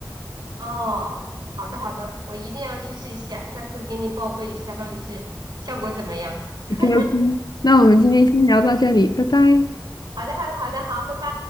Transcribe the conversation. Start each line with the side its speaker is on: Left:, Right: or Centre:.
Right: 哦，好的好的，我一定要去试一下，下次给你报备一下到底是效果怎么样。<laughs>
Left: OK OK，那我们今天先聊到这里，拜拜。
Right: 好的好的好的，好，拜拜。